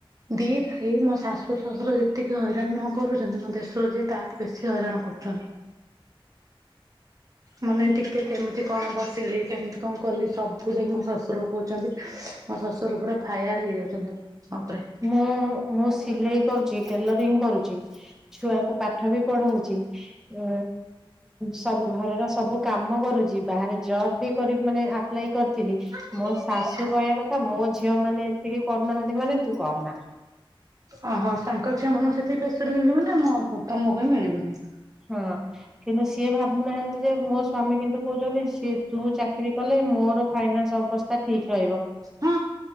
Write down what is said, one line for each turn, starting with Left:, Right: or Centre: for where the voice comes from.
Right: ଦି ଭାଇ, ମୋ ଶାଶୁ ଶଶୁର ଯେତିକି ହଇରାଣ ନ କରୁଛନ୍ତି ମୋ ଦେଢଶୁର ଯିଏ ତାଠାରୁ ବେଶୀ ହଇରାଣ କରୁଛନ୍ତି।
Centre: <inaudible>
Right: ମାନେ ଟିକେ କେମିତି କଣ ବସିଲି, କେମିତି କଣ କଲିି, ସବୁ ଯାଇ ମୋ ଶଶୁରକୁ କହୁଛ କହୁଛନ୍ତି ମୋ ଶ୍ୱଶୁର ପୁରା ଫାୟାର ହେଇଯାଉଛନ୍ତି ମୋ ଉପରେ।
Centre: ମୁଁ, ମୁଁ ସିଲେଇ କରୁଛି ଟେଲରିଂ କରୁଛି, ଛୁଆଙ୍କୁ ପାଠ ପାଠ ବି ପଢଉଛି, ଉ ସବୁ ଘରର ସବୁ କାମ କରୁଛି, ବାହାରେ ଜବ୍ ବି କରି ମାନେ ଆପ୍ଲାଏ କରିଥିଲି।
Right: ଆଜ୍ଞା।
Centre: ମୋ ଶାଶୁ କହିବା କଥା, ମୋ ଝିଅ ମାନେ ସେତିକି କରୁନାହାନ୍ତି ମାନେ ତୁ କରୁନା।
Right: ଓହୋ ତାଙ୍କ ଝିଅ ମାନଙ୍କୁ ସେଥିକି ଫେସ୍ ଲିଟି ମିଳିନି ବୋଲି ତମକୁ ବି ମିଳିବନି।
Centre: ହଁ, କିନ୍ତୁ ସିଏ ଭାବୁନାହାନ୍ତି ଯେ, ମୋ ସ୍ଵାମୀ କିନ୍ତୁ କହୁଛନ୍ତି ସିଏ ତୁ ଚାକିରୀ କଲେ ମୋର ଫାଇନାନ୍ସ ଅବସ୍ଥା ଠିକ ରହିବ।
Right: ହଁ,